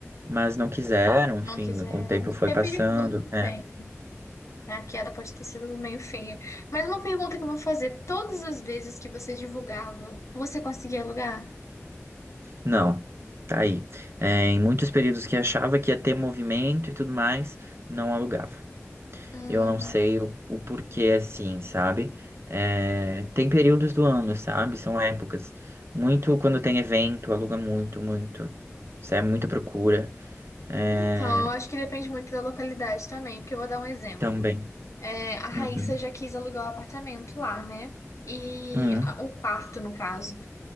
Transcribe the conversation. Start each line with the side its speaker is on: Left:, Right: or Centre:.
Right: Mas não quiseram,
Left: Não
Right: enfim,
Left: quiseram.
Right: com o tempo foi
Left: É
Right: passando,
Left: perigoso também.
Right: né?
Left: né? A queda pode ter sido meio feia. Mas uma pergunta que eu vou fazer: todas as vezes que você divulgava, você conseguia alugar?
Right: Não, tá aí. É, em muitos períodos que achava que ia ter movimento e tudo mais, não alugava.
Left: Hum.
Right: Eu não sei o, o porquê assim, sabe? É, tem períodos do ano, sabe? São épocas. Muito quando tem evento, aluga muito, muito. Isso é muita procura. É,
Left: Então, eu acho que depende muito da localidade também, porque eu vou dar um exemplo.
Right: também.
Left: É, a Raíssa
Right: Uhum.
Left: já quis alugar o apartamento lá, né? E
Right: Uhum.
Left: a- o quarto, no caso.